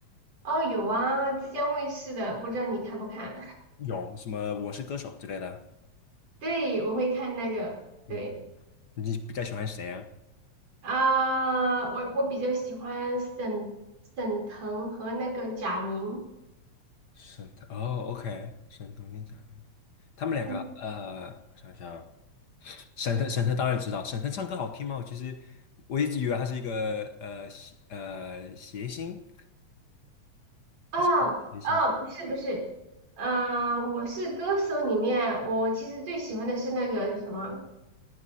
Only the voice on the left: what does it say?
有什么《我是歌手》之类的？
嗯，你比较喜欢谁啊？
沈腾哦，OK，沈腾跟贾玲，他们两个，
呃，我想想，沈腾，沈腾当然知道，沈腾唱歌好听吗？我其实我一直以为他是一个呃谐呃谐星，
他是谐星，